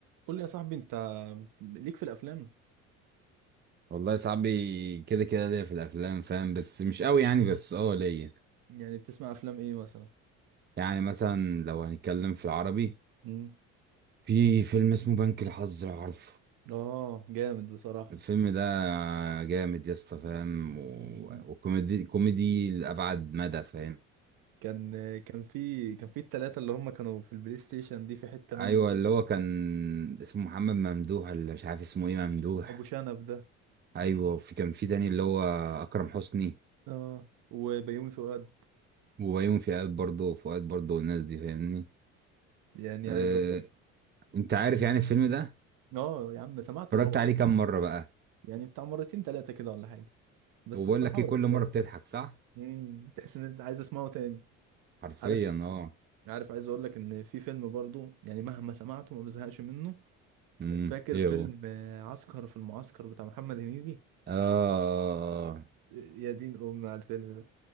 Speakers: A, on the right (about 55°); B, on the right (about 25°).
A: قول لي يا صاحبي انت ليك في الافلام
B: والله صاحبي كده كده ليا في الافلام فاهم بس مش قوي يعني بس اه ليا
A: يعني بتسمع افلام ايه مثلا
B: يعني مثلا لو هنتكلم في العربي
A: مم.
B: في فيلم اسمه بنك الحظ لو عارفه
A: اه جامد بصراحة
B: الفيلم ده جامد يا اسطى فاهم و...
A: مم.
B: وكوميدي كوميدي لابعد مدى فاهم
A: كان كان في كان في التلاتة اللي هم كانوا في البلاي ستيشن دي في حتة منه
B: ايوه
A: كده
B: اللي هو كان اسمه محمد ممدوح اللي مش عارف اسمه ايه ممدوح
A: ابو شنب ده
B: ايوه وفي كان في تاني اللي هو اكرم حسني
A: اه وبيومي فؤاد
B: وبيومي فؤاد برضه فؤاد برضه والناس دي فاهمني
A: يعني
B: أه...
A: عايز اقول لك-
B: انت عارف يعني الفيلم ده
A: <laughs> اه يا عم سمعته
B: اتفرجت
A: طبعا
B: عليه كام مرة بقى
A: يعني بتاع مرتين تلاتة كده ولا حاجة بس
B: وبقول
A: الصراحة
B: لك ايه
A: هو
B: كل
A: يستاهل
B: مره بتضحك صح
A: مم، تحس ان انت عايز اسمعه تاني
B: حرفيا
A: عارف
B: اه
A: عارف عايز اقول لك ان في فيلم برضو يعني مهما سمعته ما بزهقش منه
B: امم
A: فاكر
B: ايه
A: فيلم
B: هو
A: آه، عسكر في المعسكر بتاع محمد هنيدي
B: اه
A: يا دين امي على الفيلم ده